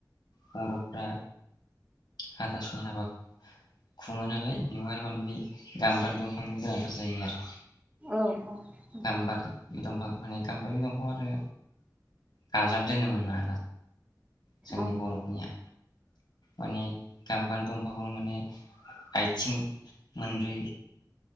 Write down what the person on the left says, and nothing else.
बर'फ्रा हाथासुनि हाबा खुङो नालाय बेवहाय माने बे गाम्बारि दंफांनि गोनांथार जायो आरो
गाम्बारि बे दंफां माने गामबारि दफां आरो गाजोल दोनोमोना जोंनि
बर'फोरनिया माने गाम्बारि दंफांखौनो माने आथिं मोनब्रै